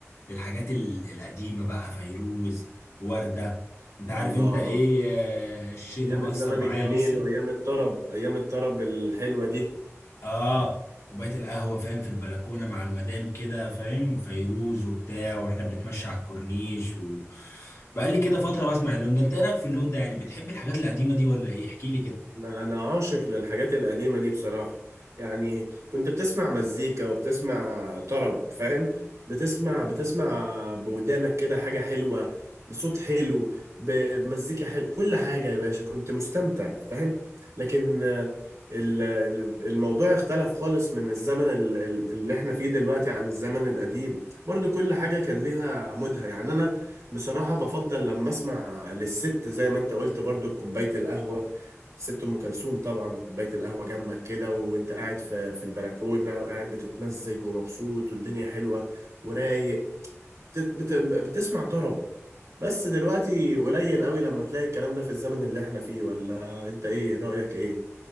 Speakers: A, on the left (about 60°); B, on the right (about 80°).
A: للحاجات ال- القديمة بقى فيروز وردة انت عارف
B: الله
A: انت ايه آه، الشتا
B: ايام
A: مأثر
B: الزمن
A: معايا
B: الجميل
A: لسه
B: وايام الطرب ايام الطرب الحلوه دي
A: اه كوبايه القهوه فاهم في البلكونه مع المدام كده فاهم فيروز وبتاع واحنا بنتمشى على الكورنيش و بقالي كده فتره بسمع اللون ده انت ايه رايك في اللون ده يعني بتحب الحاجات القديمه دي ولا ايه احكي لي كده
B: انا أنا عاشق للحاجات القديمه دي بصراحه يعني كنت بتسمع مزيكا وبتسمع طرب فاهم بتسمع بتسمع بودانك كده حاجه حلوه بصوت حلو ب- بمزيكا حلو كل حاجه يا باشا كنت مستمتع فاهم لكن آه، ال- ال- الموضوع اختلف خالص من الزمن ال- ال- اللي احنا فيه دلوقتي عن الزمن القديم برضو كل حاجه كان ليها مودها يعني انا بصراحه بفضل لما اسمع للست زي ما انت قلت برضو بكوبايه القهوه سبت ام كلثوم طبعا كوبايه القهوه جنبك كده وانت قاعد في في البلكونه وقاعد بتتمزج ومبسوط والدنيا حلوه ورايق بت- بت- بتسمع طرب بس دلوقتي قليل قوي لما تلاقي الكلام ده في الزمن اللي احنا فيه ولا انت ايه رايك ايه